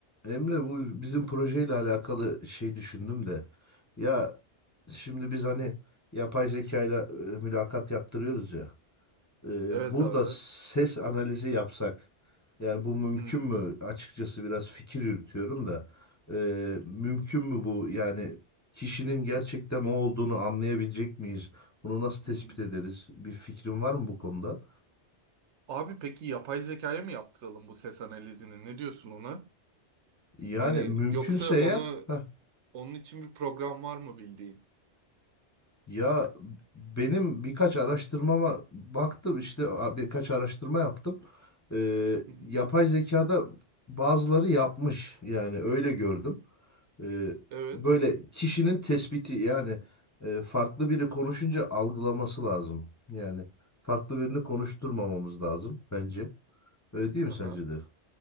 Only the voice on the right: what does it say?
Evet
abi.
Hmm.
Hmm.
Hmm.
Abi peki yapay zekaya mı yaptıralım bu ses analizini? Ne diyorsun ona?
Hani
yoksa
onu
onun için bir program var mı bildiğin?
Hı hı.
Evet.
Aha.